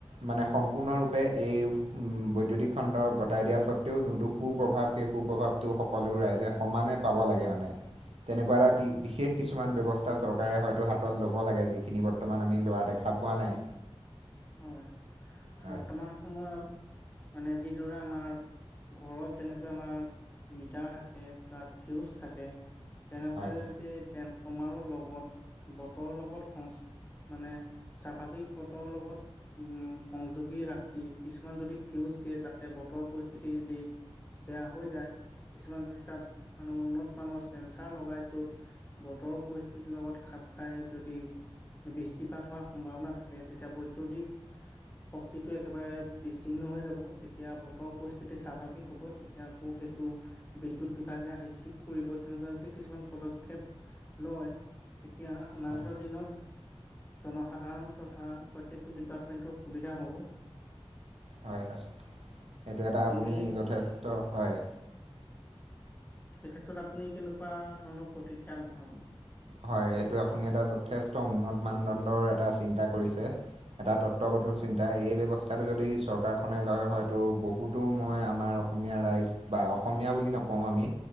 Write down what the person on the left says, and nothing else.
হয়,
বৰ্তমান সময়ত মানে যিদৰে আমাৰ- ঘৰত যেনেকৈ আমাৰ মিটাৰ থাকে তাত ফিউজ থাকে- তেনেদৰে
যদি ট্ৰেন্সফৰ্মাৰৰ লগত বতৰৰ
লগত সং মানে স্বাভাৱিক বতৰৰ লগত- উমঁ' সংযোগী ৰাখি কিছুমান যদি ফিউজ দিয়ে তাতে বতৰৰ পৰিস্থিতি যি- বেয়া হৈ যায় কিছুমান যদি তাত মানে উন্নত মানৰ চেন্ঞ্চাৰ লগাই য'ত বতৰৰ পৰিস্থিতিৰ লগত খাপ খাই যদি- বৃষ্টিপাত হোৱাৰ সম্ভাৱনা থাকে তেতিয়া বৈদ্যুতিক- শক্তিটো একেবাৰে বিচ্ছিন্ন হৈ যাব, যেতিয়া বতৰৰ পৰিস্থিতি স্বাভাৱিক হ'ব তে এতিয়া আকৌ সেইটো বিদ্যুত বিভাগে আহি ঠিক কৰিব, তেনেকুৱা যদি কিছুমান পদক্ষেপ- লয় তেতিয়া অনাগত
দিনত জনসাধাৰণ তথা প্ৰত্যেক টো ডিপাৰ্টমেণ্টৰ সুবিধা হ'ব।
সেইখিনি
এই ক্ষেত্ৰত আপুনি কেনেকুৱা ধৰণৰ প্ৰতিক্ৰিয়া আগবঢ়াব?